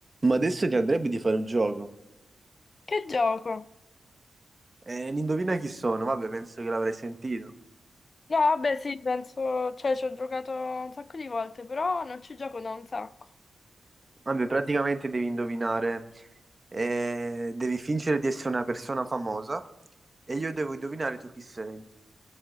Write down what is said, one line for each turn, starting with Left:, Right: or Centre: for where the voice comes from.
Right: Ma adesso ti andrebbe di fare un gioco.
Left: Che gioco?
Right: Eh, indovina chi sono? Vabbè, penso che l'avrai sentito.
Left: No, vabbè, sì, penso, cioè ci ho giocato un sacco di volte, però non ci gioco da un sacco.
Right: Vabbè, praticamente devi indovinare, eh, devi fingere di essere una persona famosa e io devo indovinare tu chi sei,